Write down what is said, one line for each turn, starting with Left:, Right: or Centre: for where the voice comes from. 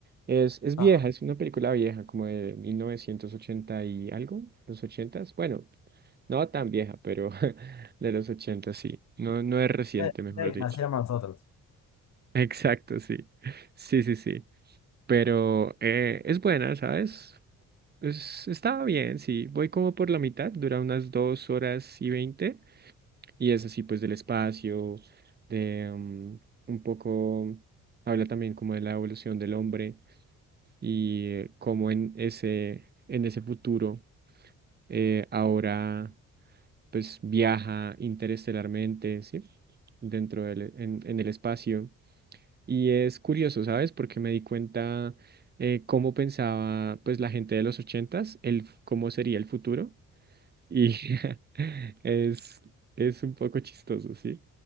Right: Es, es vieja,
Left: Ah,
Right: es una película vieja, como de 1980 y algo, los ochentas. Bueno, no tan vieja, pero <laughs> de los 80 sí. No, no es reciente,
Left: de-
Right: mejor
Left: de
Right: dicho.
Left: que naciéramos nosotros.
Right: <laughs> Exacto, sí. Sí, sí, sí. Pero eh, es buena, ¿sabes? Es, está bien, sí. Voy como por la mitad, dura unas dos horas y veinte. Y es así, pues, del espacio, de mm, un poco, habla también como de la evolución del hombre y eh, cómo en ese, en ese futuro eh, ahora, pues, viaja interestelarmente, ¿sí? Dentro del, en en el espacio. Y es curioso, ¿sabes? Porque me di cuenta eh, cómo pensaba pues la gente de los ochentas, el f- cómo sería el futuro. Y <laughs> es, es un poco chistoso, ¿sí?